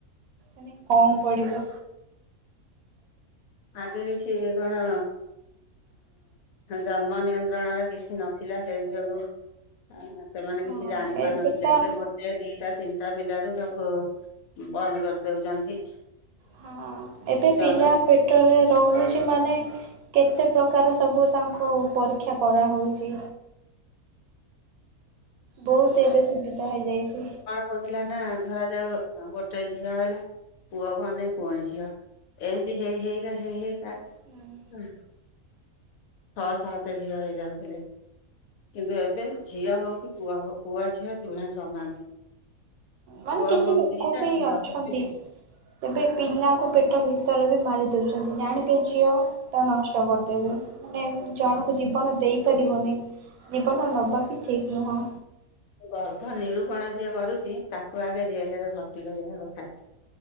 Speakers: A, on the right; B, on the left.
A: ମାନେ କମ୍ ପଡ଼ିବ।
B: ଆଗରେ କିଏ କଣ ଜନ୍ମ ନିଅନ୍ତି ଯନ୍ତ୍ରଣାର କିଛି ନଥିଲା ସେ ଯୋଗୁ ସେମାନେ
A: ହଁ
B: କିଛି ଜାଣି
A: ଏବେ
B: ପାରୁ ନଥିଲେ
A: ତ
B: ଏବେ ଦିଟା ତିନିଟା ପିଲାରୁ ସବୁ ବନ୍ଦ କରିଦଉଛନ୍ତି।
A: ହଁ ଏବେ
B: ଜନ
A: ପିଲା ପେଟରେ ରହୁଛି ମାନେ କେତେ ପ୍ରକାର ସବୁ ତାଙ୍କୁ ପରୀକ୍ଷା କରାହଉଛି। ବହୁତ ଏବେ ସୁବିଧା ହେଇଯାଇଛି।
B: କହୁଥିଲା ନା ଧରା ଯାଉ ଗୋଟେ ଝିଅ ହେଲା ପୁଅ କୁ ଅନେଇ ପୁଣି ଝିଅ। ଏମିତି ହେଇ ହେଇକା ହେଇ ହେଇକା
A: ହୁଁ।
B: ହୁଁ। ଛଅ ସାତ ଝିଅ ହେଇଯାଉଥିଲେ କିନ୍ତୁ ଏବେ ଝିଅ ହଉ କି ପୁଅ ହଉ ପୁଅ ଝିଅ ଦୁହେଁ ସମାନ।
A: ମାନେ
B: ପୁଅ
A: କିଛି
B: ହଉ
A: ଲୋକ
B: ଦିଟା,
A: ବି
B: ଝିଅ
A: ଅଛନ୍ତି
B: ହଉ ଦିଟା।
A: ଏବେ ପିଲାଙ୍କୁ ପେଟ ଭିତରେ ବି ମାରି ଦେଉଛନ୍ତି ଜାଣିବେ ଝିଅ ତା ନଷ୍ଟ କରିଦେବେ ମାନେ ଜଣକୁ ଜୀବନ ଦେଇପାରିବନି ଜୀବନ ନବା ବି ଠିକ୍ ନୁହଁ।
B: ଗର୍ଭ ନିରୂପଣ ଯିଏ କରୁଛି ତାକୁ ଆଗେ ଜେଲ ରେ ଭର୍ତ୍ତି କରିବା କଥା।